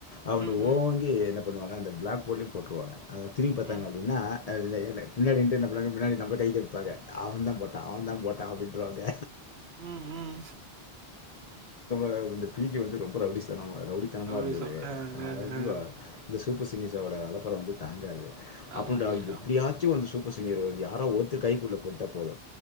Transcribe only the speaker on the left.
அவன்டு
ஓங்கி என் பண்ணுவாங்க இந்த பிளாக் போர்டுலயு போட்ருவாங்க அத திரும்பி பாத்தாங்க
அப்டின்னா ல்லே ல்லே எனக்கு பின்னாடி நின்டுருந்த முன்னாடி முன்னாடி நம்பகைக்கே வீச்சுபாங்க அவன் தான் போட்டான் அவன் தான் போட்டான் அப்டின்றவாங்க
ஹ இந்த பீ ஜே வந்து ரொம்ப ரௌவுடிஸ்தானமா இரு ரௌடித்தனமா
இருந்தது
அவ
<unintelligible>
இ சூப்பர் சினிசா ஒட அளப்பர வந்து தாங்காது
அப்பன்ட
எப்படியாச்சு
வந்து சூப்பர் சிங்கர் <unintelligible> வந்து யாரோ ஒருத்தர் கைக்குள்ள போட்டா போது